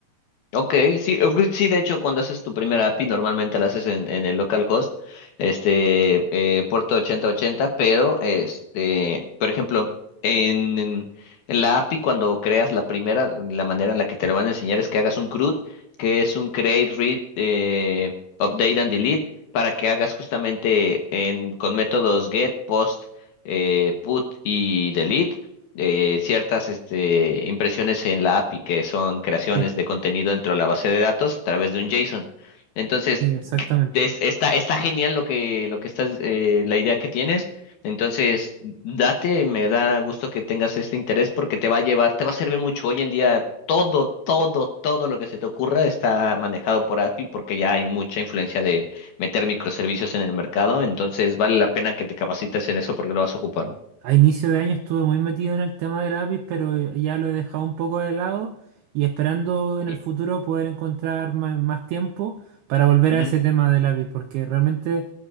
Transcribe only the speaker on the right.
Sí,
sí, exactamente.
Sí. A inicio de año estuve muy metido en el tema del lápiz, pero ya lo he dejado un poco de lado y esperando en
el futuro poder encontrar ma- más, tiempo para volver
a ese tema del lápiz, porque realmente